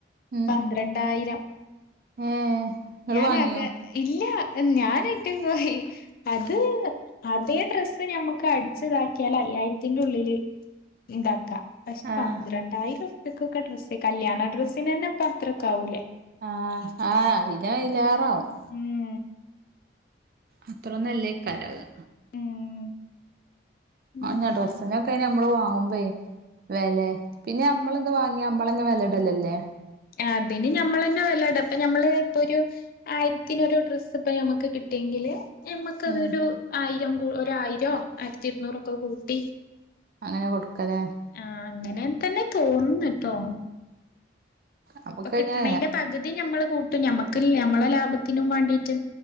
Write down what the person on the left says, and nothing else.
പന്ത്രണ്ടായിരം
ഞാനാകെ
ഇല്ല ഞാനയിട്ട് പോയി അത് അതേ ഡ്രസ് ഇപ്പഞമക്ക് അടിച്താക്ക്യാല അയ്യായിരത്തിന്റെ ഉള്ളില് ഇണ്ടാക്കാ പഷ്
പന്ത്രണ്ടായിരം പ്യക്കൊക്കെ ഡ്രസ്സ് കല്യാണ ഡ്രസ്സിനന്നെ പ അത്രക്കാവൂലേ
ഉം
ഉം ഉം
ആഹ് അതിന് ഞമ്മളന്നെ വെലട ഇപ്പം ഞമ്മള് ഇപ്പൊരു ആയിരത്തിനൊരു ഡ്രസ്സ് ഇപ്പ ഞമക്ക് കിട്ടിയെങ്കില് ഞമ്മക്കതൊരു
ആയിരം ആയിരം ആയിരത്തി ഇരുന്നൂറൊക്കെ കൂട്ടി
ആഹ് അങ്ങനെ തന്നെ തോന്നുന്നുട്ടോ
ഇപ്പൊ കിട്ട് ണേന്റെ പകുതി ഞമ്മള് കൂട്ടും ഞമ്മക്ക് ഞമ്മളെ ലാഭത്തിനും വാണ്ടീട്ട്